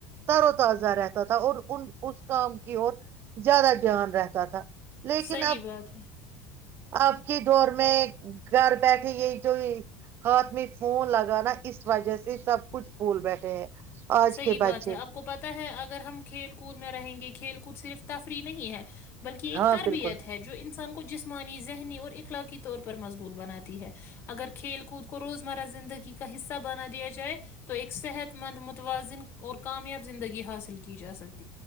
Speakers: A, on the right; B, on the left.
A: تر و تازہ رہتا تھا اور ان اس کام کی اور زیادہ دھیان رہتا تھا لیکن
B: صحیح
A: اب
B: بات ہے
A: آپ کی دور میں میں گھر بیٹھے یہی جو ہاتھ میں ہو لگا نا اس وجہ سے سب کچھ بھول بیٹھے ہیں آج
B: صحی
A: کے بچے
B: بات ہے آپ کو پتا ہے اگر ہم کھیل کود میں رہیں گے کھیل کو کچھ صرف تفریح نہیں ہے بلکہ ایک
A: ہاں
B: تربیت
A: بالکل
B: ہے جو انسان کو جسمانی ذہنی اور اخلاقی طور پر مضبوط بناتی ہے اگر کھیل کود کو روزمرہ زندگی کا حصہ بنا دیا جائے تو ایک صحت مند م م تووازن اور کامیاب زندگی حاصل کی جا سک